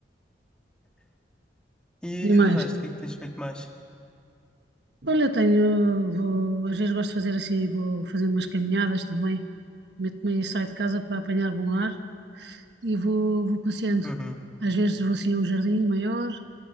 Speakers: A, in the centre; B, on the right.
A: E,
B: e mais.
A: e de resto, o que é que tens feito mais?
B: Olha, eu tenho, vou, às vezes gosto de fazer assim, vou fazendo umas caminhadas também. Meto-me aí, saio de casa para apanhar bom ar e vou, vou passeando.
A: Uhum.
B: Às vezes vou assim a um jardim maior,